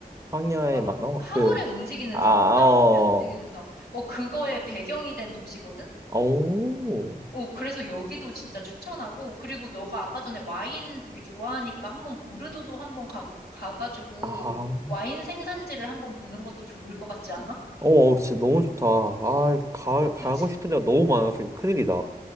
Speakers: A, on the right; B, on the left.
A: 황여의
B: 막,
A: 만화?
B: 하울의
A: 그,
B: 움직이는
A: 아,
B: 성, 하울의
A: 어,
B: 움직이는 성. 어, 그거의 배경이 된 도시거든?
A: 오,
B: 어, 그래서 여기도 진짜 추천하고, 그리고 너가 아까 전에 와인 되게 좋아하니까 한 번 보르도도 한 번 가, 가가지고
A: 아,
B: 와인 생산지를 한번 보는 것도 좋을 것 같지 않아?
A: 어, 진짜 너무 좋다. 아, 가,
B: 오,
A: 가고
B: 그치?
A: 싶은 데가 너무 많아서 이거 큰일이다.